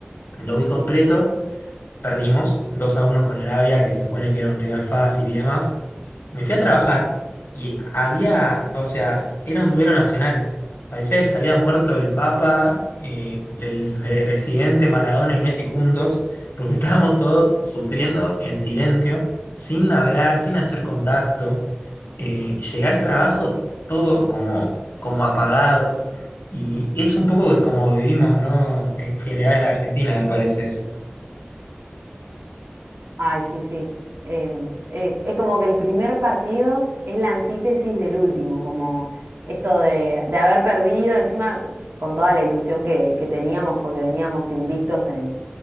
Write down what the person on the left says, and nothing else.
Lo vi completo, perdimos 2 a uno con Arabia, que se supone que era un rival fácil y demás. Me fui a trabajar y había, o sea, era un duelo nacional. Parecía que se había muerto el Papa, eh, el presidente Maradona y Messi juntos, porque <laughs> estábamos todos sufriendo en silencio, sin hablar, sin hacer contacto. Eh, llegué al trabajo todo como, como apagado y es un poco de como vivimos, ¿no? En general en Argentina, me parece eso.